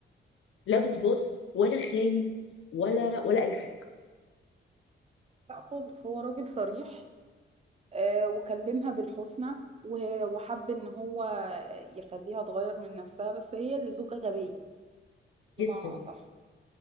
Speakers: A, on the left; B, on the right.
A: لا بصباص ولا خاين ولا ولا اي حاجه
B: لا خالص هو راجل صريح آه وكلمها بالحسنى وه- وحب ان هو يخليها تغير من نفسها بس هي اللي زوجة غبية بمعنى
A: جدا
B: اصح